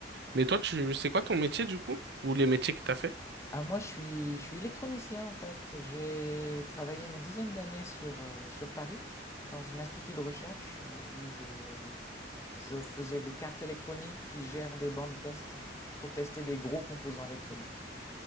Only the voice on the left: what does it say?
Ah, moi, je suis, je suis électronicien en fait. J'ai travaillé une dizaine d'années sur, euh, sur Paris, dans un institut de recherche euh, où je, je faisais des cartes électroniques qui gèrent des bandes test pour tester des gros composants électroniques.